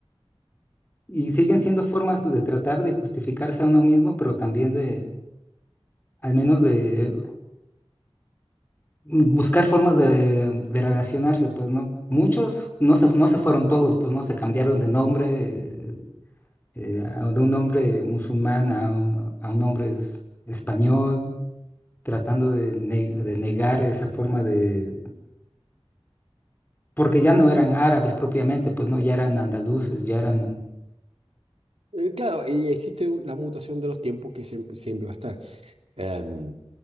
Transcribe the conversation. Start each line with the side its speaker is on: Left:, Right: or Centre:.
Left: y siguen
Right: y,
Left: siendo formas de tratar de justificarse a uno mismo, pero también de, al menos de mm, buscar formas de, de relacionarse, pues, ¿no? Muchos no se, no se fueron todos, pues, ¿no? Se cambiaron de nombre, eh, a- de un hombre musulmán a un, a un hombre es- español, tratando de, ne- de negar esa forma de... Porque ya no eran árabes propiamente, pues no, ya eran andaluces, ya eran
Right: eh, claro, y existe un- la mutación de los tiempos que siempre, siempre va a estar. Em,